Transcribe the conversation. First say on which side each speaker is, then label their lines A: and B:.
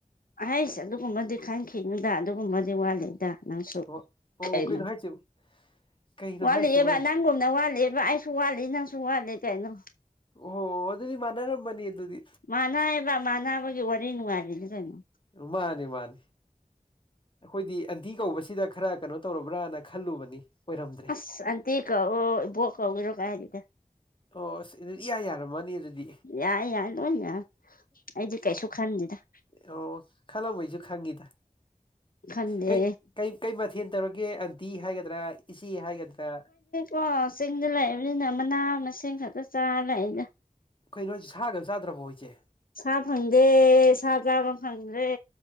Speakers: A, on the left; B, on the left.
A: ꯑꯍꯩꯁ ꯑꯗꯨꯒꯨꯝꯕꯗꯤ ꯈꯟꯈꯤꯅꯗꯥ ꯑꯗꯨꯒꯨꯝꯕꯗꯤ ꯋꯥꯠꯂꯤ ꯍꯦꯔꯥ ꯅꯪꯁꯨ
B: ꯑꯣ ꯑꯣ
A: ꯀꯩꯅꯣ
B: ꯍꯥꯏꯁꯤꯕ ꯀꯩꯅꯣ
A: ꯋꯥꯠꯂꯤꯌꯦꯕ
B: ꯍꯥꯏꯁꯤꯕ
A: ꯅꯪꯒꯨꯝꯅ ꯋꯥꯠꯂꯤꯌꯦꯕ ꯑꯩꯁꯨ ꯋꯥꯠꯂꯤ ꯅꯪꯁꯨ ꯋꯥꯠꯂꯤ ꯀꯩꯅꯣ
B: ꯑꯣ ꯑꯗꯨꯗꯤ ꯃꯅꯔꯝꯃꯅꯤ ꯑꯗꯨꯗꯤ
A: ꯃꯥꯅꯥꯕ ꯃꯥꯅꯕꯒꯤ ꯋꯥꯔꯤ ꯅꯨꯡꯉꯥꯏꯔꯤꯅꯦ ꯀꯩꯅꯣ
B: ꯃꯥꯅꯤ ꯃꯥꯅꯤ ꯑꯩꯈꯣꯏꯗꯤ ꯑꯟꯇꯤ ꯀꯧꯕꯁꯤꯗ ꯈꯔ ꯀꯩꯅꯣ ꯇꯧꯔꯕ꯭ꯔꯥꯅ ꯈꯜꯂꯨꯕꯅꯤ ꯑꯣꯏꯔꯝꯗ꯭ꯔꯦ
A: ꯑꯁ ꯑꯟꯇꯤ ꯀꯧꯕ ꯏꯕꯣꯛ ꯀꯧꯕ꯭ꯔꯣ ꯀꯥꯏꯗꯦꯗ
B: ꯑꯣ ꯑꯁ ꯑꯗꯨꯗꯤ ꯏꯌꯥ ꯌꯥꯔꯝꯃꯅꯤ ꯑꯗꯨꯗꯤ
A: ꯌꯥꯏ ꯌꯥꯏ ꯂꯣꯏ ꯌꯥꯏ ꯑꯩꯗꯤ ꯀꯩꯁꯨ ꯈꯟꯗꯦꯗ
B: ꯑꯣ ꯈꯜꯂꯝꯃꯣꯢꯁꯨ ꯈꯪꯉꯤꯗ
A: ꯈꯟꯗꯦ
B: ꯀꯩ ꯀꯩ ꯀꯩ ꯃꯊꯦꯜ ꯇꯧꯔꯒꯦ ꯑꯟꯇꯤ ꯍꯥꯏꯒꯗ꯭ꯔꯥ ꯏꯆꯦ ꯍꯥꯏꯒꯗ꯭ꯔꯥ
A: ꯑꯣ ꯆꯤꯡꯗ ꯂꯥꯛꯏꯕꯅꯤꯅ ꯃꯅꯥ ꯃꯁꯤꯡ ꯈꯛꯇ ꯆꯥꯔ ꯂꯩꯗ
B: ꯀꯩꯅꯣ ꯍꯥꯏꯁꯦ ꯁꯥꯒ ꯆꯥꯗ꯭ꯔꯕꯣ ꯏꯆꯦ
A: ꯁꯥ ꯐꯪꯗꯦ ꯁꯥ ꯆꯥꯕ ꯐꯪꯗ꯭ꯔꯦ